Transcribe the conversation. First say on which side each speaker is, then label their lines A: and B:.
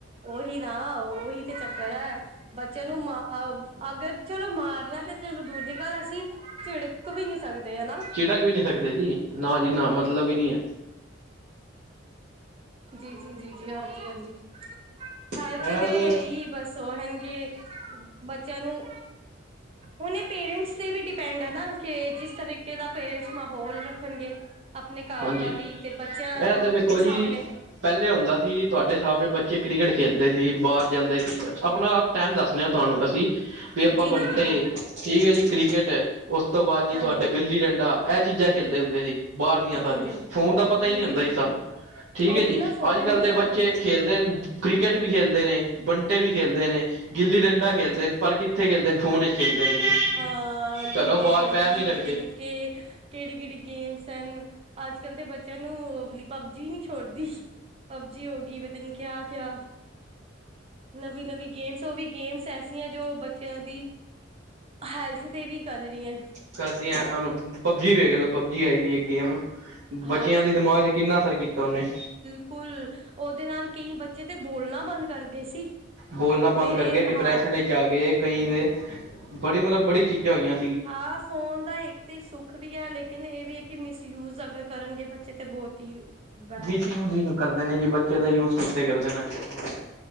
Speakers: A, on the right; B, on the right.
A: ਉਹੀ ਨਾ ਉਹੀ ਤੇ ਚੱਕਰ ਹੈ। ਬੱਚੇ ਨੂੰ ਮਾ ਅਗਰ ਚਲੋ ਮਾਰਨਾ ਤੇ ਚਲੋ ਦੂਰ ਦੀ ਗੱਲ ਅਸੀਂ ਝਿੜਕ, ਵੀ ਨਹੀਂ ਸਕਦੇ ਹਨਾ।
B: ਝਿੜਕ ਵੀ ਨਹੀਂ ਸਕਦੇ ਜੀ ਨਾ ਜੀ ਨਾ ਮਤਲੱਬ ਹੀ ਨਹੀ ਹੈ।
A: ਜੀ, ਜੀ, ਜੀ, ਜੀ, ਹਾਂਜੀ-ਹਾਂਜੀ। ਹੈਲਥ
B: ਹੈ ਇਹ
A: ਦੇ
B: ਤੇ
A: ਹੀ ਬਸ ਉਹ ਹੋ ਆਣਗੇ ਬੱਚਿਆਂ ਨੂੰ ਹੁਣ ਇਹ ਪੇਰੈਂਟਸ ਤੇ ਵੀ ਡਿਪੈਂਡ ਹੈ ਨਾ ਕਿ ਜਿਸ ਤਰੀਕੇ ਦਾ ਪੇਰੈਂਟਸ, ਮਾਹੌਲ ਰੱਖਣਗੇ ਆਪਣੇ ਘਰ
B: ਹਾਂਜੀ
A: ਦਾ ਵੀ ਤੇ ਬੱਚਿਆਂ
B: ਇਹ ਤਾਂ ਵੇਖੋ
A: ਦੇ ਸਾਹਮਣੇ,
B: ਜੀ ਪਹਿਲੇ ਹੁੰਦਾ ਸੀ ਤੁਹਾਡੇ ਸਾਹਮਣੇ ਬੱਚੇ ਕ੍ਰਿਕਟ ਖੇਲਦੇ ਸੀ ਬਾਹਰ ਜਾਂਦੇ ਸੀ ਆਪਣਾ ਟਾਈਮ ਦੱਸਦੇ ਤੁਹਾਨੂੰ ਅਸੀਂ ਵੀ ਆਪਾਂ
A: ਜੀ
B: ਬੰਟੇ
A: ਜੀ ਜੀ ਜੀ
B: ਠੀਕ ਹੈ ਜੀ ਕ੍ਰਿਕਟ ਉਸ ਤੋਂ ਬਾਅਦ ਜੀ
A: ਹਾਂਜੀ
B: ਤੁਹਾਡਾ ਗੁੱਲੀ ਡੰਡਾ, ਇਹ ਚੀਜ਼ਾਂ ਖੇਲਦੇ ਹੁੰਦੇ ਸੀ ਬਾਹਰ। ਸਾਰੀਆ
A: ਹਾਂਜੀ ਹਾਂਜੀ
B: ਫੋਨ ਦਾ ਪਤਾ
A: ਜੀ
B: ਹੀ ਨਹੀਂ
A: ਜੀ
B: ਹੁੰਦਾ
A: ਜੀ
B: ਸੀ
A: ਜੀ
B: ਸਾ ਠੀਕ
A: ਉਹੀ
B: ਹੈ ਜੀ
A: ਨਾ ਫੋਨ
B: ਅੱਜ-ਕੱਲ
A: ਜ਼ਿਆਦਾ
B: ਦੇ ਬੱਚੇ
A: ਹੀ ਤਾਂ
B: ਖੇਲ, ਕ੍ਰਿਕਟ ਵੀ ਖੇਲਦੇ ਨੇ ਬੰਟੇ ਵੀ ਖੇਲਦੇ ਨੇ ਗਿੱਲੀ ਡੰਡਾ
A: ਹਾਂ
B: ਖੇਲਦੇ ਨੇ। ਪਰ ਕਿੱਥੇ ਖੇਲਦੇ ਨੇ ਫੋਨ ਚੱ ਖੇਲਦੇ ਨੇ ਜੀ।
A: ਹਾਂ ਲੂਡੋ
B: ਘਰੋਂ ਬਾਹਰ
A: ਹੋ
B: ਪੈਰ
A: ਗਈ
B: ਨਹੀਂ ਰੱਖਦੇ
A: ਪਤਾ ਨੀ ਕਿ ਕਿਹੜੀ-ਕਿਹੜੀ ਗੇਮਸ ਹਨ। ਅੱਜ-ਕੱਲ ਤੇ ਬੱਚਿਆਂ ਨੂੰ ਓਹ ਵਾਲੀ ਪਬਜੀ ਨਹੀਂ ਛੋੜਦੀ, ਪਬਜੀ ਹੋ ਗਈ ਪਤਾ ਨਹੀਂ ਕਿਆ-ਕਿਆ। ਨਵੀਂ-ਨਵੀਂ ਗੇਮਸ ਉਹ ਵੀ ਗੇਮਸ ਐਸੀ ਹੈ ਜੋ ਬੱਚਿਆਂ ਦੀ, ਹੈਲਥ ਤੇ ਵੀ ਕਰ ਰਹੀ ਹੈ।
B: ਕਰਦੀਆ ਉਹਨੁ ਪਬਜੀ ਵੇਖ ਲਓ ਪਬਜੀ ਆਈ ਸੀ ਇੱਕ ਗੇਂਮ।
A: ਹਾਂ
B: ਬੱਚਿਆਂ ਦੇ ਦਿਮਾਗ ਤੇ ਕਿੰਨਾ ਅਸਰ ਕੀਤਾ ਉਹਨੇ।
A: ਕੁਲ ਉਹਦੇ ਨਾਲ ਕਈ ਬੱਚੇ ਤੇ ਬੋਲਣਾ ਬੰਦ ਕਰ ਗਏ ਸੀ।
B: ਬੋਲਣਾ ਬੰਦ
A: ਮੇਰੇ
B: ਕਰ ਗਏ ਡਿਪਰੈਸ਼ਨ
A: ਹਾਂ
B: ਵਿੱਚ ਆ ਗਏ ਕਈ ਦੇ, ਬੜੀ ਮਤਲੱਬ ਬੜੀ ਚੀਜ਼ਾਂ ਹੋਈਆ।
A: ਹਾਫ ਫੋਨ ਦਾ ਇੱਕ ਤੇ ਸੁੱਖ ਵੀ ਹੈ ਲੇਕਿਨ ਇਹ ਵੀ ਹੈ ਕਿ ਮਿਸਯੂਜ ਅਗਰ ਕਰਨਗੇ ਬੱਚੇ ਤੇ ਬਹੁਤ ਹੀ, ਬੈਡ
B: ਮਿਸਯੂਜ
A: ਹੈ
B: ਹੀ ਕਰਦੇ ਨੇ ਜੀ ਬੱਚੇ ਦਾ ਯੂਜ ਕਿੱਥੇ ਕਰਦੇ ਨੇ। ਟਾਈਮ।